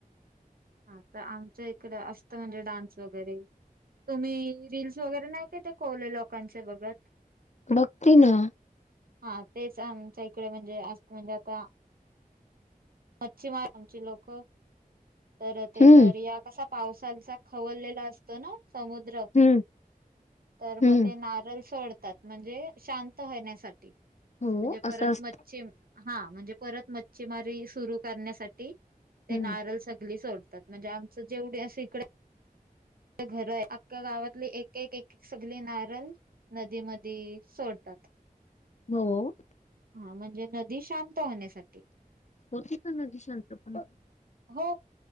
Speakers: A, on the right (about 75°); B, on the left (about 50°).
A: हा तर आमच्या इकड असतं म्हणजे डान्स वगैरे. तुम्ही रीलस वगैरे नाही काय त्या कोली लोकांच्या बघत?
B: बघती ना
A: हा तेच, आमच्या इकडे म्हणजे अस म्हणजे आता मच्छीमार आमची लोकं तर ते
B: हम्म
A: दर्या कसा पावसाचा खवललेला अस तोना समुद्र
B: हम्म
A: तर
B: हम्म
A: मग ते नारल सोडतात. म्हणजे शांत होण्यासाठी, म्हणजे
B: हो
A: परत
B: असं असत
A: मच्छीम हा म्हणजे परत मच्छीमारी सुरू करण्यासाठी ते
B: हम्म
A: नारल सगळी सोडतात. म्हणजे आमचं जेवढे असं इडे घर आहे अख्या गावातली एक एक सगळी नारल नदीमधी सोडतात.
B: म हो
A: हा म्हणजे नदी शांत होण्यासा
B: होती का नदी शांत पण?
A: हो